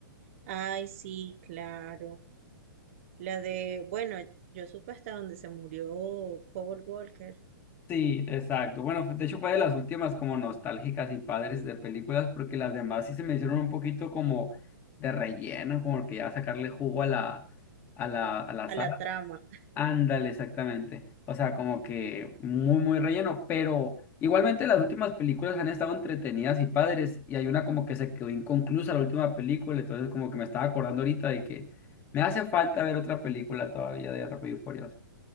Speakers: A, on the right; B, on the left.
A: Ay, sí, claro. La de, bueno, yo supe hasta donde se murió Paul Walker,
B: Sí, exacto. Bueno, de hecho fue de las últimas como nostálgicas y padres de películas, porque las demás sí se me hicieron un poquito como de relleno, como que ya sacarle jugo a la, a la, a la saga.
A: a la trama.
B: Ándale, exactamente. O sea, como que muy, muy relleno, pero igualmente las últimas películas han estado entretenidas y padres, y hay una como que se quedó inconclusa la última película, entonces como que me estaba acordando ahorita de que me hace falta ver otra película todavía de Rápido y Furioso.